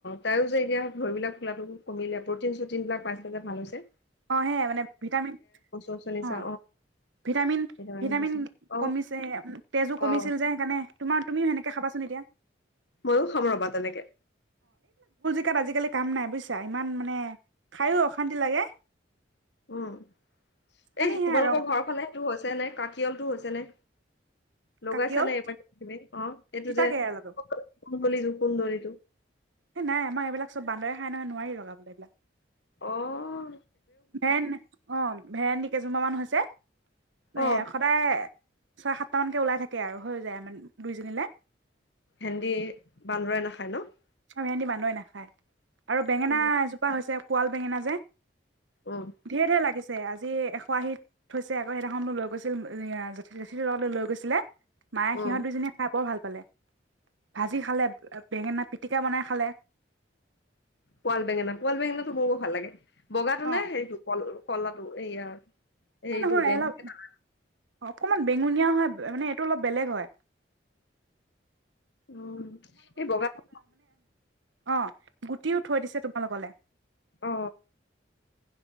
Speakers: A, on the left; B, on the right.
A: তাইো যে এতিয়া ঘৰিবলাক খোলাটো কমিলে প্ৰটিন চটিন বিলাক পাইছে যে ভাল হৈছ।
B: অ সেয়াই মানে ভিটামিন,
A: চচু নিছা
B: অ' ভিটামিন-
A: সেইকাৰণে
B: ভিটামিন
A: হৈছে অ
B: কমিছে, তেজো কমিছিল
A: অ
B: যে সেইকাৰণে তোমাৰ তুমিও সেনেকে খাবাচোন এতিয়া।
A: মইও, খাম ৰবা তেনেকে।
B: তাত আজিকালি কাম নাই বুজিছা, ইমান মানে খাইও‌ অশান্তি লাগে।
A: উম,
B: আমি
A: এই তোমালোকৰ
B: সেয়া ৰং
A: ঘৰ খনে সেইতো হৈছে নে? কাকিয়লটো হৈছেনে? লগাইছা
B: কাকিয়ল
A: নে এইবাৰ তুমি? অহ এইটো
B: তিতা
A: যে
B: কেৰেলাটো
A: কুমলী যোগ। সোন্দৰিটো।
B: এ নাই, আমাৰ এইবিলাক চব বান্দৰে খাই নহয় নোৱাৰি লগাবলৈ এইবিলাক।
A: অহ।
B: ভেৰেণ, অ' ভেৰেনী কেইজোপা মান হৈছে এ
A: অ
B: সদায়। ছয়-সাতটা মানকে ওলাই থাকে আৰু, হৈ যায় আ মান দুইজনীলে।
A: ভেন্দি, বান্দৰে নাখায় নহ?
B: ভেন্দী বান্দৰে নাখায়। আৰু বেঙেনা
A: অ
B: এজোপা হৈছে, কুৱাল। বেঙেনা যে।
A: উম
B: ধেৰ-ধেৰ লাগিছে। আজি এশ আশীত থৈছে আকৌ সেইদিনাখনো লৈ গৈছিল জেঠি লে লগত লৈ গৈছিলে। মাইয়ে
A: উম
B: সিহঁত দুইজনীৰ <inaudible> ভাল‌। পালে। ভাজি খালে, বেঙেনা। পিটিকা বনাই খালে।
A: পোৱাল বেঙেনা, পোৱাল বেঙেনাটো মোৰো ভাল লাগে। বগাটো
B: অ
A: নে হেৰিটো কল। কলাটো এইয়াৰ এইতো
B: এই নহয়
A: <unintelligible>
B: অলপ অকমান বেঙুনীয়া হয় মানে এইটো অলপ বেলেগ হয়।
A: উম এই বগা <inaudible>
B: অঁ। গুটিও থৈ দিছে তোমালোকলে।
A: অ